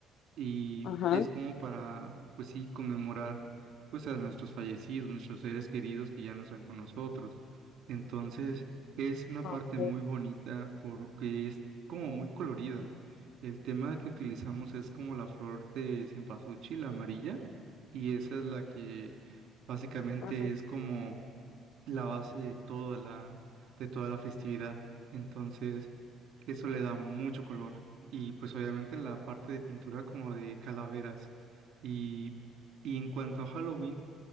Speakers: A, on the right; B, on the left.
A: y
B: Ajá.
A: es como para, pues sí, conmemorar pues a nuestros fallecidos, nuestros seres queridos que ya no están con nosotros. Entonces, es una parte
B: Ah, ok.
A: muy bonita porque es como muy colorida. El tema que utilizamos es como la flor de cempasúchil, la amarilla, y esa es la que básicamente
B: Ajá.
A: es como la base de toda la, de toda la festividad. Entonces, eso le da mucho color. Y pues obviamente la parte de pintura como de calaveras. Y, y en cuanto a Halloween,